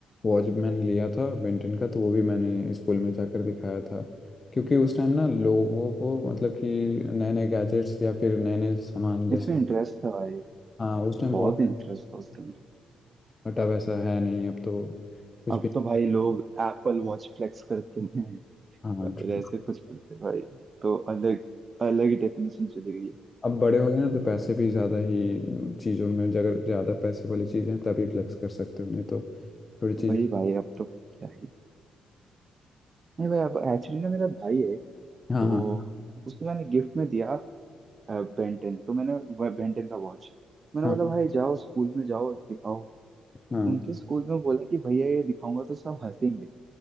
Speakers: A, on the left; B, on the right.
A: वॉच मैंने लिया था बेंटन का तो वो भी मैंने स्कूल में जाकर दिखाया था क्योंकि उस टाइम ना लोगों को मतलब कि नए नए गैजेट्स या फिर नए नए सामान जैसे
B: इसमें इंटरेस्ट था भाई
A: हाँ उस टाइम
B: बहुत
A: बहुत
B: इंटरेस्ट था उस टाइम तो
A: बटा वैसा है नहीं अब तो कुछ
B: अब
A: भी
B: तो भाई लोग एप्पल वॉच फ्लेक्स करते हैं
A: हाँ
B: या फिर
A: ठीक।
B: ऐसे कुछ करते हैं भाई तो अलग अलग ही डेफिनेशन चली गई है
A: अब बड़े हो गए ना तो पैसे भी ज़्यादा ही चीज़ों में जगह ज़्यादा पैसे वाली चीज़ें तभी फ्लेक्स कर सकते हो नहीं तो थोड़ी चीज
B: तो भाई भाई अब तो भाई क्या ही नहीं भाई अब एक्चुअली ना मेरा भाई है
A: हाँ
B: तो
A: हाँ
B: उसको मैंने गिफ्ट में दिया बेंटेन तो मैंने बेंटेन का वॉच मैंने
A: हाँ
B: बोला भाई जाओ स्कूल में जाओ दिखाओ
A: हाँ
B: उनके स्कूल में बोला कि भैया ये दिखाऊंगा तो सब हंसेंगे